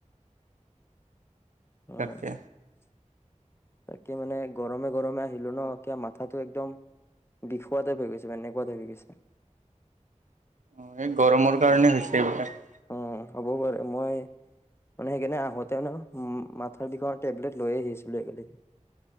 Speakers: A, on the right; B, on the left.
A: <inaudible>
B: উম
A: তাকে
B: । এই মানে গৰমে গৰমে আহিলো ন । এ কিয় মাত কথাটো একদম বিখুৱা টাইপ হৈ গৈছে মানে এনেকুৱা টাইপ হৈ গৈছে
A: অ এই গৰমৰ কাৰণে হৈছে এইবিলাক ।
B: উম হ'ব পাৰে মই মানে সেইকাৰণে আহোতে মানে মাথাৰ বিষৰ টেবলেট লৈ আহিছিলো একেলগে